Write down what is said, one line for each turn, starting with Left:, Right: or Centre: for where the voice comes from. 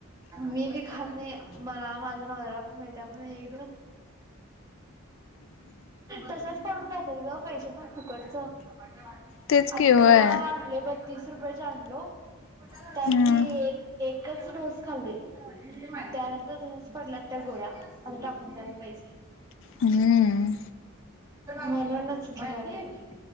Right: मी बी खात नाही मला माझ्या नावर्याला पण माहिती आहे तसंच पडून राहतात गं पैसे पण फुकटच आता
Left: तेच की होय
Right: परवा आणले बत्तीस रुपया आणलो
Left: हम्म
Right: त्यातली एक एकच डोस खाल्लीय त्यानंतर तसंच पडलात त्या गोळ्या आता टाकून द्याला पाहिजेत <inaudible>
Left: हम्म
Right: म्हणूनच घेत नाही